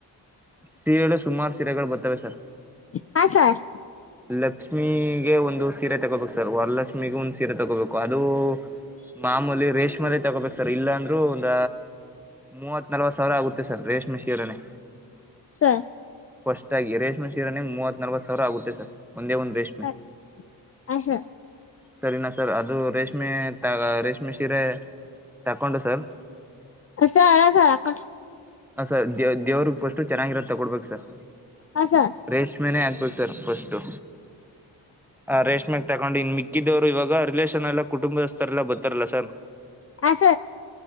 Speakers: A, in the centre; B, on the left (about 35°).
A: ಸೀರೆಗಳು ಸುಮಾರು ಸೀರೆಗಳು ಬರ್ತವೆ ತ ಸರ್
B: ಹಾ ಸರ್
A: ಲಕ್ಷ್ಮಿಗೆ ಒಂದು ಸೀರೆ ತಗೋಬೇಕು ಸರ್ ವರಲಕ್ಷ್ಮಿಗೆ ಒಂದ್ ಸೀರೆ ತಗೋಬೇಕು ಅದು ಮಾಮೂಲಿ ರೇಷ್ಮೆದೆೇ ತಗೋಬೇಕು ಸರ್ ಇಲ್ಲಾಂದ್ರೂ ಒಂದ ಮೂವತ್ ನಲ್ವತ್ ಸಾವಿರ ಆಗುತ್ತೆ ಸರ್ ರೇಷ್ಮೆ ಶೀರನೆೆ.
B: ಸ
A: ಫಸ್ಟ್ ಆಾಗಿ ರೇಷ್ಮೆ ಶೀರನ ಮೂವತ್ ನಲ್ವತ್ತು ಸಾವಿರ ಆಗುತ್ತೆ ಸರ್. ಒಂದೇ ಉ ರೇಶ್ಮೆ
B: ಸರ್ ಹಾಂ ಸರ್
A: ಸರಿನಾ ಸರ್ ಅದ. ಅದು ರೇಷ್ಮೆ ರೇಷ್ಮೆ ಸೀರೆ ತಕೊಂಡು ಸರ್
B: ಸರ ಸರಕ
A: ಹ ಸರ್ ದೇ್ ದೇವ್ರಗ್ ಫಸ್ು ಚೆನ್ನಾಗಿರೋ ತೊಗೊಡ್ಬೇಕು ಸರ್
B: ಹಾಂ ಸರ್
A: ರೇೇಶ್ಮೆ ಓಕೆ ಸರ್ ಫಸ್ಟು ಹ ರೇಷ್ಮೆಕ್ ತಕೊಂಡ್ ಇನ್ ಮಿಕ್ಕಿದ್ರು ಇವಾಗ ರಿಲೇಷನ್ ಎಲ್ಲ ಕುಟುಂಬದಸ್ಥರೆಲ್ಲ ಬತಾರಲ್ಲ ಸರ್
B: ಆಸ